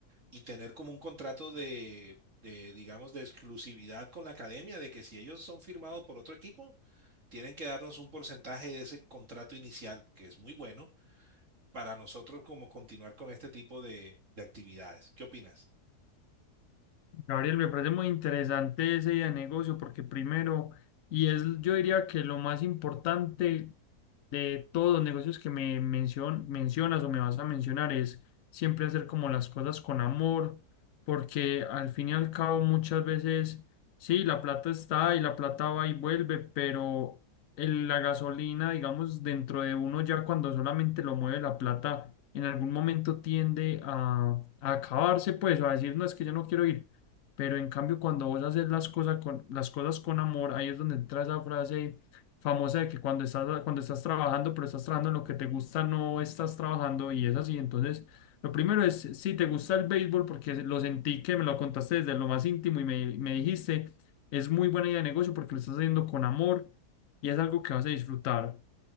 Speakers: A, on the right; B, on the left.
A: y tener como un contrato de, de, digamos, de exclusividad con la academia, de que si ellos son firmados por otro equipo, tienen que darnos un porcentaje de ese contrato inicial, que es muy bueno, para nosotros como continuar con este tipo de, de actividades. ¿Qué opinas?
B: Gabriel, me parece muy interesante esa idea de negocio porque primero, y es yo diría que lo más importante de todos los negocios que me mencion- mencionas o me vas a mencionar es siempre hacer como las cosas con amor, porque al fin y al cabo muchas veces, sí, la plata está y la plata va y vuelve, pero el- la gasolina, digamos, dentro de uno ya cuando solamente lo mueve la plata, en algún momento tiende a, a acabarse, pues, o a decir, no, es que yo no quiero ir. Pero en cambio, cuando vos haces las cosas con, las cosas con amor, ahí es donde entra esa frase famosa de que cuando estás, cuando estás trabajando, pero estás trabajando en lo que te gusta, no estás trabajando y es así. Entonces, lo primero es si te gusta el béisbol, porque lo sentí que me lo contaste desde lo más íntimo y me, me dijiste, es muy buena idea de negocio porque lo estás haciendo con amor y es algo que vas a disfrutar.